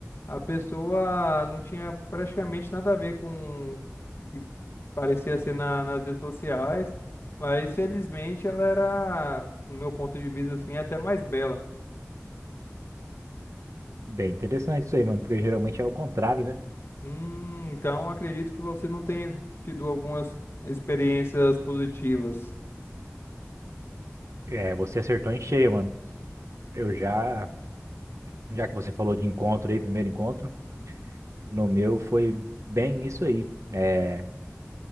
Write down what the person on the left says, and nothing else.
a pessoa não tinha praticamente nada a ver com o que parecia ser na- nas redes sociais, mas felizmente ela era, no meu ponto de vista assim, até mais bela.
Hum, então acredito que você não tenha tido algumas experiências positivas.